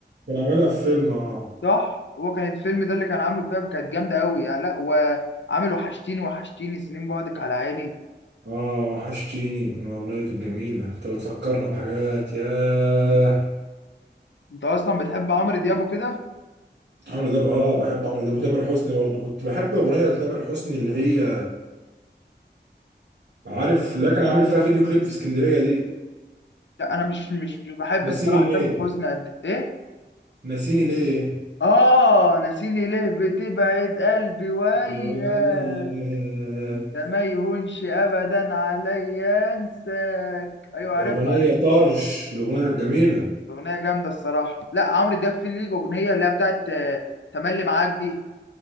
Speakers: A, on the right; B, on the left.
A: كان عاملها في فيلم اه
B: صح هو كان الفيلم ده اللي كان عامله فيها فكانت جامده قوي يعني لا وعامل وحشتيني وحشتيني سنين بعدك على عيني
A: اه وحشتيني آه، الاغنيه دي كانت جميله انت بتفكرنا بحاجات ياه
B: انت اصلا بتحب عمرو دياب وكده
A: عمرو دياب اه بحب عمرو دياب وتامر حسني برضه كنت بحب اغنيه لتامر حسني اللي هي عارف اللي كان عامل فيها فيديو كليب في اسكندريه دي
B: لا انا مش مش مش بحب
A: ناسيني
B: الصراحه
A: ليه
B: تامر حسني قد ايه
A: ناسيني ليه
B: اه ناسيني ليه بتبعد قلبي وياك
A: جواياك
B: ده ما يهونش ابدا عليا انساك ايوه عارفها
A: اغنيه
B: عارفها
A: طرش الاغنيه كانت جميله
B: اغنيه جامده الصراحه لا عمرو دياب في ليه اغنيه اللي هي بتاعت آه، تملي معاك دي